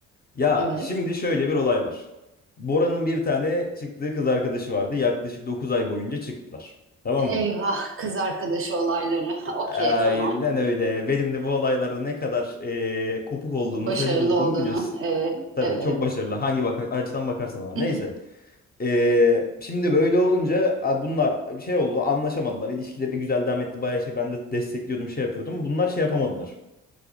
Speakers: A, on the left; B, on the right.
A: Ya
B: evet.
A: şimdi şöyle bir olay var. Bora'nın bir tane çıktığı kız arkadaşı vardı. Yaklaşık 9 ay boyunca çıktılar. Tamam
B: Eyvah,
A: mı?
B: kız arkadaşı olayları. <laughs> Okey,
A: Aynen
B: tamam.
A: öyle. Benim de bu olaylarda ne kadar eee, kopuk olduğumu,
B: Başarılı
A: sacık olduğumu
B: olduğunu.
A: biliyorsun.
B: Evet, evet.
A: Tabii çok başarılı. Hangi baka- açıdan bakarsan ama.
B: <laughs>
A: Neyse. Eee, şimdi böyle olunca a, bunlar şey oldu anlaşamadılar. İlişkileri güzel devam etti. Bayağı şey ben de destekliyordum şey yapıyordum. Bunlar şey yapamadılar.